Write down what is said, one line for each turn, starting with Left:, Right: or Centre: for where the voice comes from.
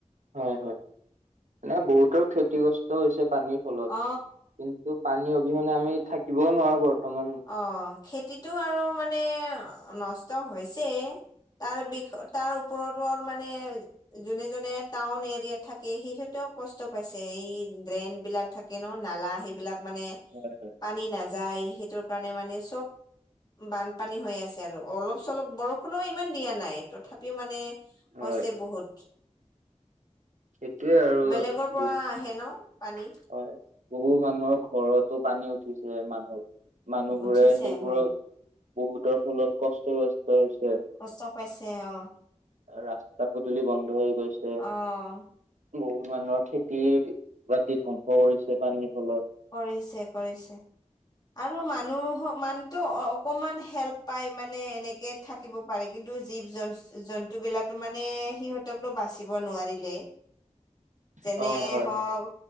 Right: হয় হয়, এনেই বহুতৰ ক্ষতিগ্ৰস্ত হৈছে পানীৰ ফলত,
Left: অ
Right: কি ন্তু, পানী অবিহনে আমি থাকিবও নোৱাৰোঁ বৰ্তমান।
Left: অঁ। খেতিটো আৰু মানে নষ্ট হৈছে। তাৰ বিষয় তাৰ ওপৰতো আৰু মানে যোনে যোনে টাউন এৰিয়াত থাকে, সিহঁতেও কষ্ট পাইছে। এই ড্ৰেইন বিলাক থাক কে ন, নালা সেইবিলাক মানে
Right: হয় হয়।
Left: পানী নাযায় সেইটোৰ কাৰণে মানে চব বানপানী হৈ আছে আৰু অলপ চলপ বৰষুণো ইমান দিয়া নাই তথাপিও মানে হৈছে
Right: হয়
Left: বহুত।
Right: সেইটোৱে আৰু
Left: বেলেগৰ পৰা
Right: বহুত
Left: আহে ন পানী
Right: হয়। বহু মানুহৰ ঘৰতো পানী উঠিছে মানুহ মানুহবোৰে
Left: উঠিছে
Right: সেইবোৰৰ
Left: হয়
Right: বহুতৰ ফলত কষ্ট চস্ত হৈছে।
Left: কষ্ট পাইছে অঁ।
Right: ৰাস্তা‌ পদূলি বন্ধ হৈ গৈছে।
Left: অ,
Right: বহুত মানুহৰ খেতি-বাতি ধ্বংস কৰিছে পানীৰ, ফলত।
Left: কৰিছে, কৰিছে। আৰু মানুহ, মানুহতো অকমান হেল্প পায়, মানে এনেকে থাকিব পাৰে, কিন্তু জীৱ-জন্তুবিলাকো, মানে, সিহঁতকতো বাচিব নোৱাৰিলে।
Right: <inaudible>
Left: যেনে
Right: হয়
Left: হ'ওক